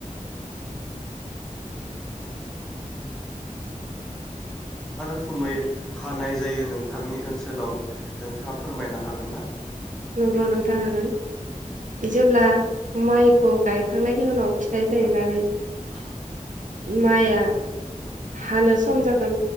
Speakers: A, in the centre; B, on the right.
A: रोखोमै हानाय जायो नोंथांनि ओनसोलाव नोंथाङा फोरमायनो हागोन ना?
B: नंगौ नोंथां हागोन। जेब्ला माइखौ गायखांनायनि उनाव फिथाइ जाहैनानै
A: <inaudible>
B: माया हानो सम जागोन